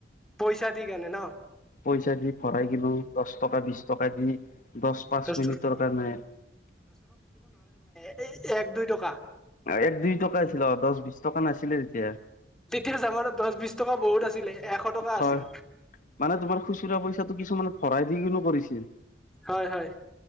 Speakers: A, in the centre; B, on the left.
A: পইচা দি কেনে ন।
B: পইচা দি ভৰাই কিলো দশ টকা বিশ টকা দি দশ -পাঁচ
A: দহ
B: মিনিটৰ কাৰণে
A: এই এক দুই টকা।
B: এক- দুই টকা আছিলে অ দশ -বিশ টকা নাছিলে তেতিয়া।
A: তেতিয়া জামাণৰ দশ -বিশ টকা বহুত আছিলে। এশ টকা
B: হয়,
A: আছিল
B: মানে তোমাৰ খুচুৰা পই পিছত তো কিছুমানত ভৰাই দি কৰিছিল,
A: হয় হয়